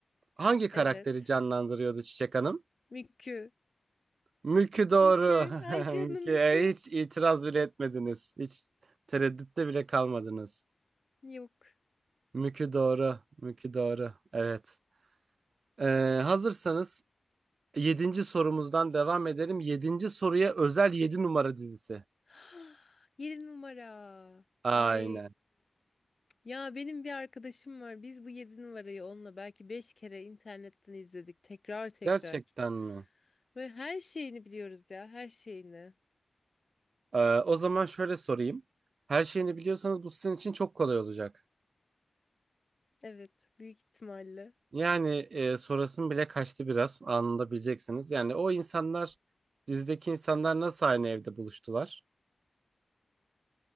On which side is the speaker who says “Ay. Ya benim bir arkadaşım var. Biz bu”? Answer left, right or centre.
Left